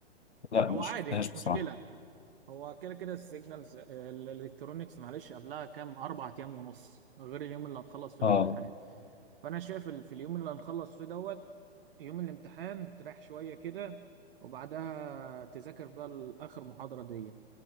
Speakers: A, on the left (about 90°); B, on the right (about 55°).
A: لا
B: هو
A: ما
B: عادي
A: شفتهاش
B: مش
A: بصراحة
B: مشكله هو كده كده السيجنالز الالكترونيكس معلش قبلها كام اربع ايام ونص غير اليوم اللي هتخلص فيه
A: اه
B: الامتحان فانا شايف ال- في اليوم اللي هنخلص فيه دوت يوم الامتحان تريح شويه كده وبعدها تذاكر بقى اخر محاضره دي